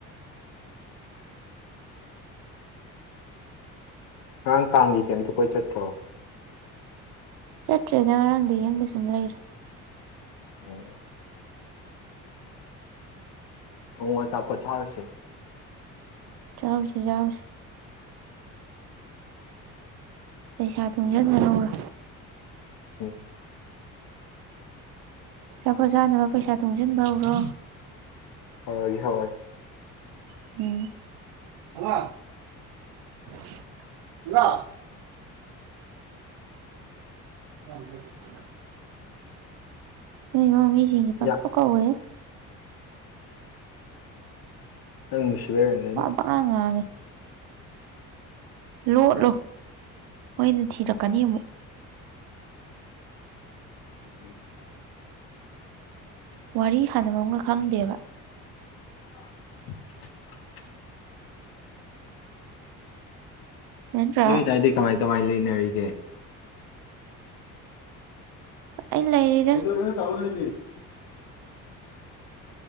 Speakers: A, on the left (about 65°); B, on the right (about 70°).
A: ꯉꯔꯥꯡ ꯀꯥꯡꯒꯤ ꯀꯩꯝꯇ ꯀꯣꯏ ꯆꯠꯇ꯭ꯔꯣ
B: ꯆꯠꯇ꯭ꯔꯦꯗ ꯉꯔꯥꯡꯗꯤ ꯌꯨꯝꯗ ꯁꯨꯝ ꯂꯩꯔꯣ
A: ꯑꯣꯝ ꯑꯣ ꯋꯥ ꯆꯥꯄ ꯆꯥꯔꯁꯦ
B: ꯆꯥꯎꯝꯁꯤ ꯌꯥꯎꯁꯦ ꯄꯩꯁꯥ ꯇꯨꯡꯁꯤꯟꯕ ꯂꯧꯔ
A: ꯎꯝ
B: ꯆꯖꯄꯣꯠ ꯆꯥꯅꯕ ꯄꯩꯁꯥ ꯇꯨꯡꯁꯤꯟꯕ ꯍꯧꯔꯣ
A: ꯍꯣꯏ ꯍꯣꯏ
B: <unintelligible> <unintelligible> ꯅ ꯃꯝꯃꯤꯁꯤꯡꯒꯤ ꯄ
A: ꯌꯥꯝ
B: ꯀꯣ ꯀꯧꯌ
A: ꯅꯪ ꯅꯨꯡꯁꯤꯕꯦꯔ ꯍꯥꯏꯅꯤ
B: ꯑꯥꯡꯉꯥꯡꯉꯦ ꯂꯣꯠꯂꯣ ꯃꯣꯏꯅ ꯊꯤꯔꯛꯀꯅꯤ ꯑꯃꯨꯛ
A: ꯎꯝ
B: ꯋꯥꯔꯤ ꯁꯥꯟꯅꯕ ꯑꯃꯒ ꯈꯪꯗꯦꯕ
A: <inaudible>
B: ꯅꯠꯇ꯭ꯔꯥ
A: ꯅꯨꯣꯏ ꯇ ꯍꯥꯏꯗꯤ ꯀꯃꯥꯏ ꯀꯃꯥꯏ ꯂꯩꯅꯦꯒ
B: ꯑꯩꯅ ꯂꯩꯔꯤ
A: ꯑꯦꯩꯅꯔ ꯇꯥꯎꯟ ꯂꯩꯅꯤ